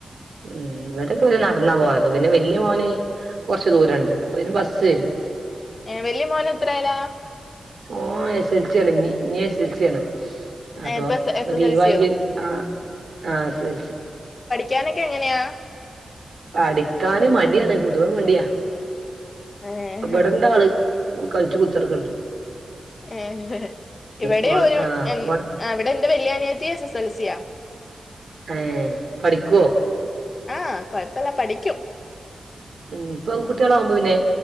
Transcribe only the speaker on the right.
ഉം ഇവരൊക്കെ പിന്നെ നടന്നാ പോവല് പിന്നെ വല്ല്യ മോന്. കൊറച്ച് ദൂരണ്ട് അപ്പൊ പിന്നെ ബസ്സ് വെരും.
ഓ എസ് എൽസ്യാണ് ഞ്ഞി ഇഞ്ഞി എസ് എൽസ്യാണ്. അപ്പോ
ഇപ്പോ
ലീവാങ്കി
ആഹ് ആഹ് എസ് എസ് എൽ സി.
പടിക്കാന് മട്യാണ് പൊതുവെ മട്യാ
ഇവടെണ്ടാള്. കള്ച്ച് കുത്തറ്ക്ക്ണ്ട്.
ഫോണ്
ആഹ്
ഫോൺ
ഏഹ് പഠിക്ക്വോ?
ഉം പ്പെങ്കുട്ട്യേളാവുമ്പോ പിന്നെ.